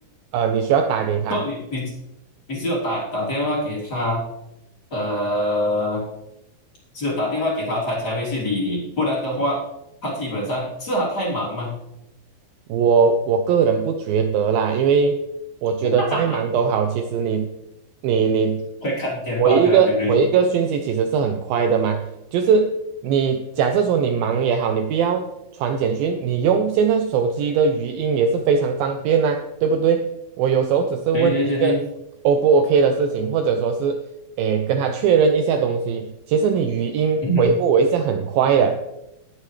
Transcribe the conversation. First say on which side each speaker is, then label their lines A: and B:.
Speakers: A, on the right (about 85°); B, on the left (about 25°).
A: 呃，你需要打给他，
B: 说你你你只有打打电话给他，呃，只有打电话给他，他才会去理你，不然的话，他基本上是他太忙嘛，
A: 我我个人不觉得啦，因为我觉得再忙都好，
B: <laughs>
A: 其实你你你
B: 会看电话对吧？
A: 回一个回一个讯息其实是很快的嘛。
B: 对不对？
A: 就是你假设说你忙也好，你不要传简讯，你用现在手机的语音也是非常方便呐、对不对？我有时候只是问你一个
B: 对对对对，
A: O 不 OK 的事情，或者说是诶跟他确认一下东西，其实你语音回复我一下很快的。
B: 嗯，